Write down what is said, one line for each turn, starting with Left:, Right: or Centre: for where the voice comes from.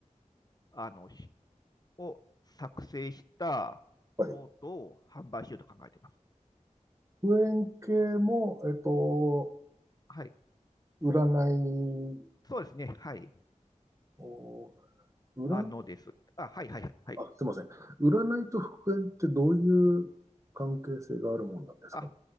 Left: あの、を作成したノートを販売しようと考えています。
Right: はい。復縁系も、えっと、
Left: はい。
Right: 占い
Left: そうですね。はい。
Right: を、占、
Left: あのです。あ、はいはいはい。はい。
Right: あ、すいません。占いと復縁ってどういう関係性があるもんなんですか
Left: あ、